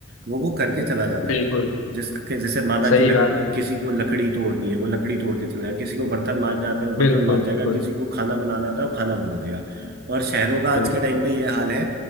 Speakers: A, on the right; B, on the left.
A: वो वो करके चला जाता
B: है बिल्कुल
A: है जिसके जैसे माना
B: सही
A: कि लक,
B: बात है
A: किसी को लकड़ी तोड़नी है वो लकड़ी तोड़ के चला जाए किसी को बर्तन मांजना आता है वो बर्तन
B: बिल्कुल
A: मांज जाएगा
B: बिल्कुल
A: किसी को खाना बनाना आता है वो खाना बना देगा और शहरों का
B: बिल्कुल
A: आज के टाइम पे ये हाल है